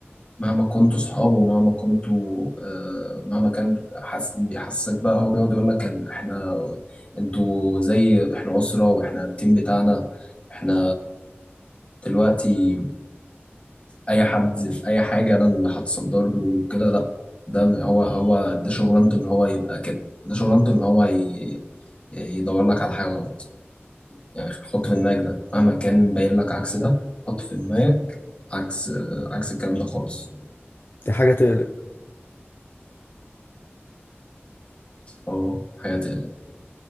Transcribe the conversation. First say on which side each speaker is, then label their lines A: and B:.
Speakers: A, on the left; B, on the left.
A: مهما كنتوا صحاب ومهما كنتوا آه مهما كان حس... بيحسسك بقى هو بيقعد يقول لك إن احنا انتوا زي احنا أسرة واحنا التيم بتاعنا احنا دلوقتي اي حد في اي حاجة انا اللي هتصدر له وكده لا ده هو هو ده شغلانته ان هو يبقى كده ده شغلانته ان هو ي... يدور لك على حاجة غلط يعني حط في دماغك ده مهما كان باين لك عكس ده حط في دماغك عكس عكس الكلام ده خالص
B: دي حاجة تقلق
A: اه حياتي